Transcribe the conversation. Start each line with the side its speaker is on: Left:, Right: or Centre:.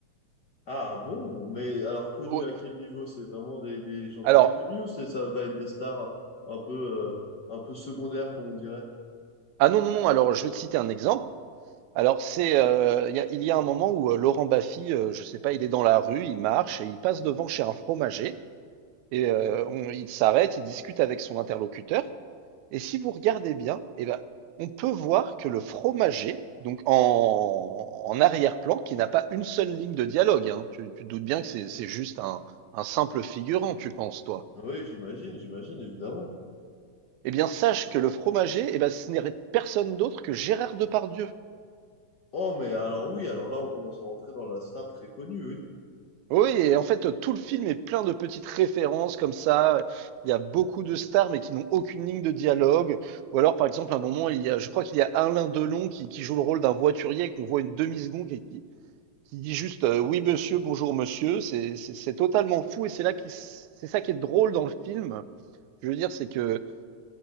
Left: Ah bon, mais alors connu
Right: Ouais.
Left: à quel niveau? C'est vraiment des, des gens très
Right: Alors,
Left: connus ou c'est ça va être des stars un peu, euh, un peu secondaires, comme on dirait?
Right: Ah non, non, non, alors je vais te citer un exemple. Alors c'est, euh, il y a, il y a un moment où euh, Laurent Baffy, euh, je sais pas, il est dans la rue, il marche et il passe devant chez un fromager et euh, on- il s'arrête, il discute avec son interlocuteur. Et si vous regardez bien, eh ben, on peut voir que le fromager, donc en, en arrière-plan, qui n'a pas une seule ligne de dialogue, hein, tu, tu te doutes bien que c'est c'est juste un, un simple figurant, tu penses, toi.
Left: Ah Oui, j'imagine, j'imagine, évidemment.
Right: Eh bien, sache que le fromager, eh ben, ce n'est personne d'autre que Gérard Depardieu.
Left: Oh, mais alors oui, alors là, on commence à rentrer dans la star très connue, oui.
Right: Oui et en fait, tout le film est plein de petites références comme ça. Il y a beaucoup de stars, mais qui n'ont aucune ligne de dialogue. Ou alors, par exemple, à un moment, il y a, je crois qu'il y a Alain Delon qui, qui joue le rôle d'un voiturier qu'on voit une demi-seconde et qui, qui dit juste euh, oui monsieur, bonjour monsieur. C'est c'est- c'est totalement fou et c'est là qui, c'est ça qui est drôle dans le film. Je veux dire, c'est que